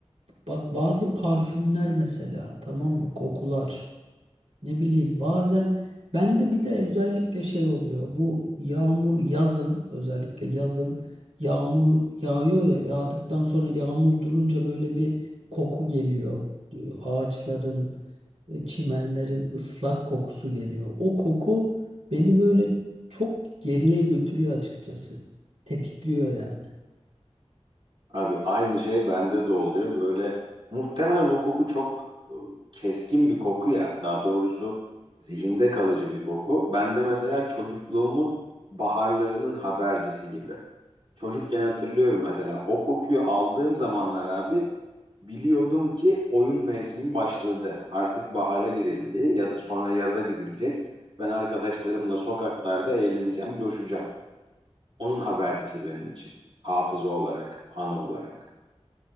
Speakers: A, on the right; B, on the right.
A: bak bazı parfümler mesela tamam mı kokular. Ne bileyim bazen bende bir de özellikle şey oluyor. Bu yağmur yazın özellikle yazın yağmur yağıyor ya yağdıktan sonra yağmur durunca böyle bir koku geliyor. Ee, Ağaçların, e, çimenlerin ıslak kokusu geliyor. O koku beni böyle çok geriye götürüyor açıkçası. Tetikliyor yani.
B: Abi aynı şey bende de oluyor. Böyle muhtemelen o koku çok e, keskin bir koku ya. Daha doğrusu zihinde kalıcı bir koku. Bende mesela çocukluğumun baharlarının habercisi gibi. Çocukken hatırlıyorum mesela o kokuyu aldığım zamanlar abi biliyordum ki oyun mevsimi başladı. Artık bahara girildi ya da sonra yaza girilecek. Ben arkadaşlarımla sokaklarda eğleneceğim, coşacağım. Onun habercisi benim için. Hafıza olarak, anı olarak.